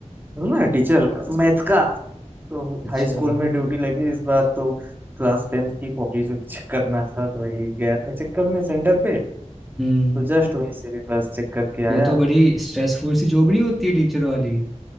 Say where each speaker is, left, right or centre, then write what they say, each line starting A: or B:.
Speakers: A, on the right; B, in the centre.
A: हूँ ना टीचर मैथ का तो
B: अच्छा
A: हाई स्कूल में ड्यूटी लगी इस बार तो क्लास टेंथ की कॉपी जो चेक करना था तो वही गया था चेक करने सेंटर पे
B: हम्म
A: तो जस्ट वही से भी बस चेक करके
B: ये
A: आया
B: तो बड़ी स्ट्रेसफुल सी जॉब नहीं होती टीचर वाली